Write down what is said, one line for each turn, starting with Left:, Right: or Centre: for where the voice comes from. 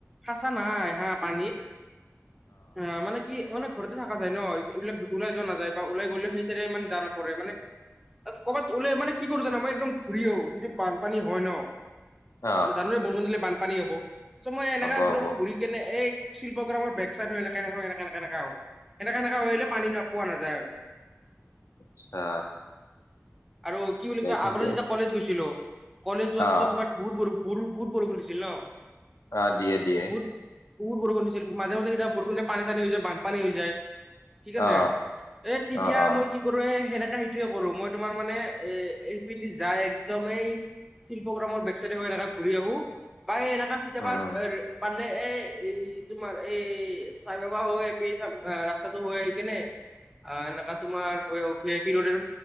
Centre: সাচা নাই হা পানীত, অ', মানে কি মানে ঘৰতে থাকা যায় ন, এইবিলাক ওলাই যোৱা নাযায় বা ওলাই গ'লে সেই চাইড মানে যোৱা নপৰে, মানে ক'ৰবাত ওলালে মানে কি কৰোঁ জানা মই একদম ঘূৰি আহোঁ, যদি বানপানী হয় ন?
Left: অ
Centre: জনুৱে বৰষুণ দিলে বানপানী হ'ব, চ' মই এনেকা
Left: হ'ব হ'ব
Centre: কৰি কেনে এই শিল্পগ্ৰামৰ বেক চাইডটো এনেক এ এনেকা-এনেকে আহোঁ। এনেকা-এনেকা হৈ আহিলে পানী পোৱা নাযায় আৰু।
Left: আচ্ছা।
Centre: আৰু কি বুলি
Left: দে
Centre: কয়
Left: ঠিকে
Centre: আগতে যেতিয়া
Left: আছে
Centre: কলেজ গৈছিলোঁ, কলেজ যোৱাতেতো
Left: অ
Centre: তোমাৰ বহুত বৰষুণ বহুত বৰষুণ দিছিল ন?
Left: অ', দিয়ে-দিয়ে।
Centre: বহুত বহুত বৰষুণ দিছিল মাজে-মাজে কেতিয়াবা বৰষুণ দি পানী-চানী হৈ যায়, বানপানী হৈ যায়। ঠিক আছে?
Left: অ
Centre: এ তেতিয়া
Left: অ অ
Centre: মই কি কৰো এ সেনেকা সেইটোৱেই কৰোঁ, মই তোমাৰ মানে এ এই পিন্ধি যাই একদমেই <unintelligible> শিল্প গ্ৰামৰ বেকচাইড হৈ এনেকা ঘূৰি আহোঁ, বা এনেকা কেতিয়াবা
Left: উম
Centre: এ পৰিলে এ এই তোমাৰ এই চাই বাবা হৈ আহি ৰাস্তাটো হৈ আহি কেনে <unintelligible> অ', এনেকা তোমাৰ <unintelligible> ভিই পি ৰডৰ